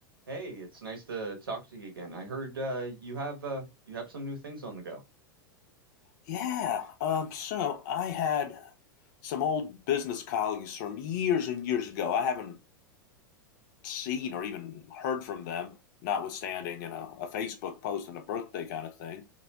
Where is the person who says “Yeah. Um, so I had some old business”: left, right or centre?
Left